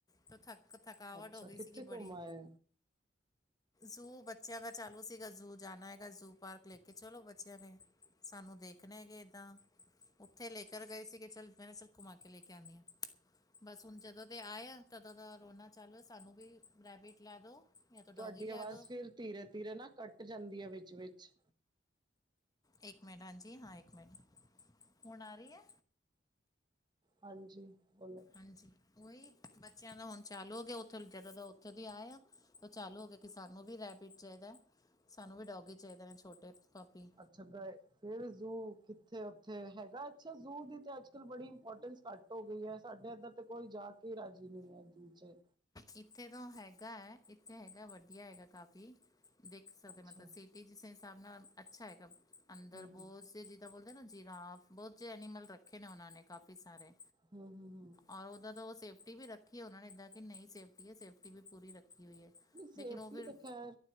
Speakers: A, on the left (about 20°); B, on the right (about 25°).
A: ਤਾਂ ਥਕ ਥਕਾਵਟ
B: ਅੱਛਾ
A: ਹੋ ਗਈ
B: ਕਿੱਥੇ
A: ਸੀਗੀ ਬੜੀ।
B: ਘੁੰਮ ਆਏ
A: ਜ਼ੂ ਬੱਚਿਆਂ ਦਾ ਚਾਲੂ ਸੀਗਾ ਜ਼ੂ ਜਾਣਾ ਹੈਗਾ ਜ਼ੂ ਪਾਰਕ ਲੈ ਕੇ ਚਲੋ ਬੱਚਿਆਂ ਨੇ। ਸਾਨੂੰ ਦੇਖਣੇ ਤਾਂ ਉੱਥੇ ਲੇਖ। ਕਰ ਗਏ ਸੀਗੇ ਚੱਲ ਮੈਂ ਚਿਰ ਘੁਮਾ ਕੇ ਲੈ ਕੇ ਆਉਂਦੀ ਹਾਂ। ਬਸ ਹੁਣ ਜਦੋਂ ਦੇ ਆਏ ਆ ਤਦੋਂ ਦਾ ਰੋਨਾ ਚਾਲੂ ਸਾਨੂੰ ਵੀ ਪ੍ਰਾਈਵੇਟ ਲੈ ਦੋ। ਜਾਂ ਤਾਂ ਡੋਗੀ
B: ਤੁਹਾਡੀ
A: ਲਿਆ
B: ਆਵਾਜ਼
A: ਦੋ
B: ਫਿਰ ਧੀਰੇ ਧੀਰੇ ਨਾ ਕੱਟ ਜਾਂਦੀ ਹੈ ਵਿੱਚ ਵਿਚ।
A: ਇੱਕ ਮਿੰਟ ਹਾਂਜੀ ਹਾਂ ਇੱਕ ਮਿੰਟ ਹੁਣ ਆ ਰਹੀ ਹੈ।
B: ਹਾਂਜੀ ਬੋਲੋ
A: ਹਾਂਜੀ ਉਹੀ ਬੱਚਿਆਂ ਦਾ ਹੁਣ ਚਾਲੂ ਹੋ ਗਿਆ ਉੱਥੇ ਜਦੋਂ ਦਾ ਉੱਥੋਂ ਦੀ ਆਏ ਆ ਉਹ ਚਾਲੂ ਹੋ ਗਿਆ ਕਿ ਸਾਨੂੰ ਵੀ ਰੈਬਿਡ ਚਾਹੀਦਾ ਸਾਨੂੰ ਵੀ ਡੋਗੀ ਚਾਹੀਦਾ ਨੇ ਛੋਟੇ ਪੱਪੀ।
B: ਹੈਗਾ ਫਿਰ ਜ਼ੂ ਕਿੱਥੇ ਉੱਥੇ ਹੈਗਾ ਅੱਛਾ ਜ਼ੂ ਦੀ ਤੇ ਅੱਜ ਕੱਲ ਬੜੀ ਇੰਪੋਰਟੈਂਸ। ਘੱਟ ਹੋ ਗਈ ਹੈ ਸਾਡੇ ਇੱਧਰ ਤੇ ਕੋਈ ਜਾ ਕੇ ਰਾਜੀ ਨਹੀਂ ਹੈ ਦੂ ਚ।
A: ਇੱਥੇ ਤਾਂ ਹੈਗਾ ਹੈ ਇੱਥੇ ਹੈਗਾ ਵਧੀਆ ਹੈਗਾ ਕਾਫੀ ਦੇਖ ਸਕਦੇ
B: ਅੱਛਾ
A: ਮਤਲਬ ਅਸੀਂ। ਜਿਸੇ ਹਿਸਾਬ ਨਾਲ ਅੱਛਾ ਹੈਗਾ ਅੰਦਰ
B: ਹੂੰ ਹੂੰ
A: ਬੋਤ ਜੀਦਾਂ ਬੋਲਦੇ ਨਾ ਜੀਰਾਫ। ਬਹੁਤ ਜਿਹੇ ਐਨੀਮਲ ਰੱਖੇ ਨੇ ਉਹਨਾਂ ਨੇ ਕਾਫੀ ਸਾਰੇ।
B: ਹੂੰ ਹੂੰ ਹੂੰ।
A: ਔਰ ਉਦਾ ਤਾਂ ਉਹ ਸੇਫਟੀ ਵੀ ਰੱਖੀ ਹੈ ਉਹਨਾ ਨੇ ਇਦਾਂ ਕਿ ਨਹੀਂ ਸੇਫਟੀ ਹੈ ਸੇਫਟੀ ਵੀ ਪੂਰੀ ਰੱਖੀ ਹੋਈ ਹੈ।
B: ਨਹੀਂ ਸੇਫਟੀ
A: ਲੇਕਿਨ ਉਹ ਫਿਰ
B: ਤੇ ਖੈਰ